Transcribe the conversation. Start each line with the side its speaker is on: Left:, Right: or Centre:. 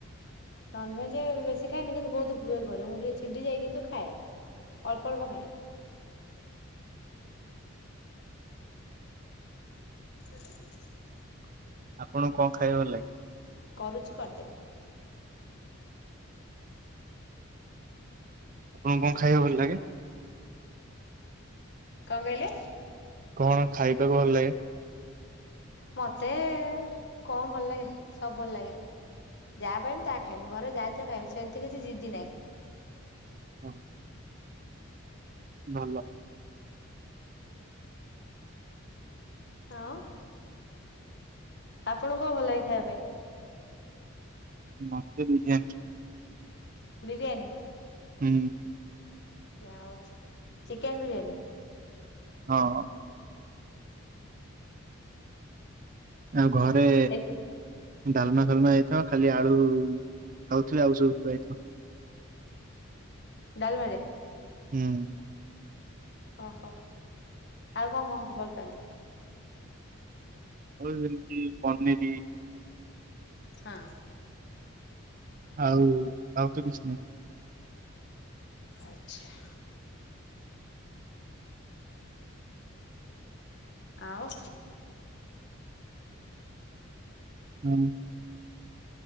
Left: ନନଭେଜ୍ ବେଶୀ ଖାଏନି କିନ୍ତୁ ବହୁତ ହୁଏ ଘରେ ମୁଁ ଟିକେ ଚିଡି ଯାଏ, କିନ୍ତୁ ଖାଏ। ଅଳ୍ପ ଅଳ୍ପ ଖାଏ। <unintelligible>
Right: ଆପଣକୁ କଣ ଖାଇବା ଭଲ ଲାଗେ?
Left: କରୁଚି କରିଦେବି।
Right: ଆପଣଙ୍କୁ କଣ ଖାଇବା ଭଲ ଲାଗେ?
Left: କଣ କହିଲେ?
Right: କଣ ଖାଇବାକୁ ଭଲ ଲାଗେ?
Left: ମତେ କଣ ଭଲ ଲାଗେ, ସବ ଭଲ ଲାଗେ। ଯାହା ପାଇବି ତା ଖାଇମି, ଘରେ ଯାହାହେଇଥିବ ତା ଖାଇମି ସେମତି କିଛି ଜିଦି ନାହିଁ।
Right: ହଁ ଭଲ।
Left: ଆଉ ଆପଣଙ୍କୁ କଣ ଭଲ ଲାଗେ ଖାଇବା ପାଇଁ?
Right: ମତେ ବିରିୟାନୀ।
Left: ବିରିୟାନୀ
Right: ହୁଁ
Left: ଯାଆଉ ଚିକେନ ବିରିୟାନୀ।
Right: ହଁ ଆଉ ଘରେ
Left: ଏଇ
Right: ଡାମା ଫାଲମା ହେଇଥବ ଖାଲି ଆଳୁ ଖାଉଥୁବି, ଆଉ ସବୁ ଥୁଆ ହୋଇଥିବ।
Left: ଡାଲମାରେ?
Right: ହୁଁ।
Left: ଅ ହୋ ଆଉ କଣ କଣ ଭଲପନ୍ତି?
Right: ଆଉ ଏମିତି ପନିରି
Left: ହଁ
Right: ଆଉ ଆଉ ତ କିଛି ନହିଁ।
Left: ଆଛା। ଆଉ?
Right: ମାନେ?